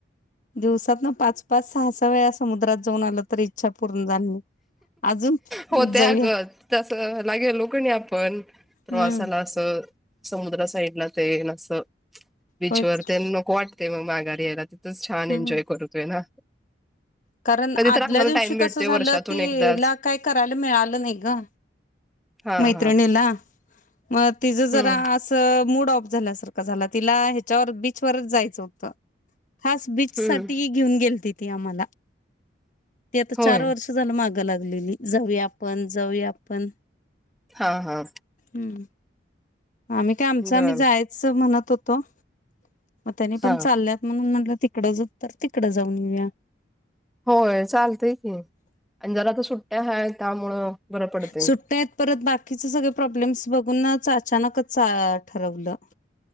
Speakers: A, on the left; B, in the centre.
A: दिवसात ना पाच पाच सहा सहा वेळा समुद्रात जाऊन आलं तर इच्छा पूर्ण झाली अजून
B: हो त्याग
A: जाऊया
B: तस लागेल लोकणी आपण प्रवासाला
A: हम्म
B: असं समुद्र साईड ला ते नस बीच
A: होयच
B: वर
A: की
B: त्यां मक वाट मग मागा ला तिथंच छान
A: हम्म
B: एन्जॉय करतोय ना
A: कारण
B: कधी
A: आदल्या
B: तर आपल्याला
A: दिवशी
B: टाइम भेटतोय
A: कस झालं
B: वर्षातून
A: तला
B: एकदाच
A: काय करायला मिळालं नाही ग
B: हा
A: मैत्रिणीला
B: हा
A: म तिचं जरा
B: हम्म
A: अस मूड ऑफ झाल्यासारखं झा तिला ह्याच्यावर बीचवरच जायचं होतं हाास बीच
B: हम्म
A: साठी घेऊन गेल ति त आ म्हाला ते आता
B: होय
A: चार वर्ष झालं मागं लागलेली जाऊ आपण जाऊ पण
B: हा. हा.
A: हम्म. आम्ही काय? आमच
B: बर
A: आम्ही जायचं म्हणत होतो, मग त्यांनी
B: हा
A: पण चालल्यात, म्हणून म्हटलं तिकडं जावू तर तिकडं जाऊन येऊया.
B: होय चालतय, की आणि जरा आता सुट्ट्या हाय त्यामुळं बरं पडतय
A: सुट्या आहेत, परत बाकीचे सगळे प्रॉब्लेम्स बघूनच अचानकच ठरवलं.